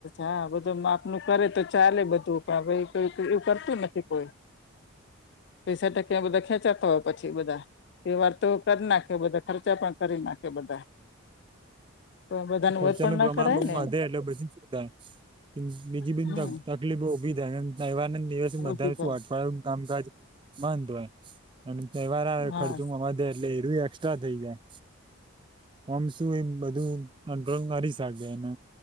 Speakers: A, on the left; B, on the right.
A: હા બધું માપનું કરે તો ચાલે બધું પણ કોઈ એવું કરતું નથી કોઈ પૈસા <unintelligible> બધા ખેંચાતા હોય પછી બધા કોઈ વાર તો કરી નાખે બધા ખર્ચા પણ કરી નાખે બધા તો બધાને
B: ખર્ચાનું
A: વધ પણ ના
B: પ્રમાણ
A: કરાય
B: <unintelligible>
A: ને
B: વધે
A: એમ
B: એટલે પછી સુધાય બીજી બીજી
A: હમ
B: તકલીફો ઉભી થાય એ તેવાર ના દિવસ બધાને
A: ઓછી થાય
B: શું અઠવાડિય કામકાજ બંધ હોય અને તેવાર આવે
A: હા
B: ખર્ચો અ એટલે એરું એકસ્ટ્રા થઈ જાય આમ શું એમ બધું કંટ્રોલ કરી શકે અને